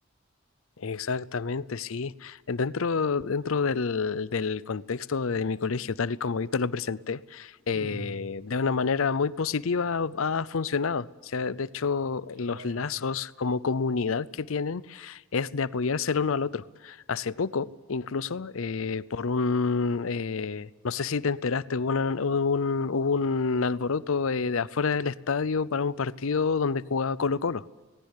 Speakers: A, on the left; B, on the right.
A: Exactamente, sí. Dentro, dentro del, del contexto de mi colegio, tal y como yo te lo presenté, eh,
B: Mm,
A: de una manera muy positiva ha funcionado. O sea, de hecho,
B: qué
A: los
B: bueno.
A: lazos como comunidad que tienen es de apoyarse el uno al otro. Hace poco, incluso, eh, por un, eh, no sé si te enteraste, hubo, una- hubo un, hubo un alboroto eh, de afuera del estadio para un partido donde jugaba Colo-Colo.